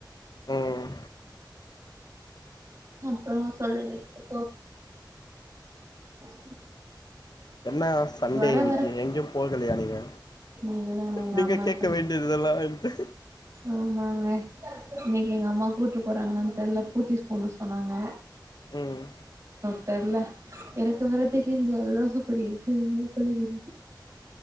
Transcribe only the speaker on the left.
ம் ம்
என்ன சண்டே
இன்னைக்கு
எங்கயு போகலையா நீங்க
நீங்க
கேட்க
வேண்டியது இதெல்லா என்ட
ம்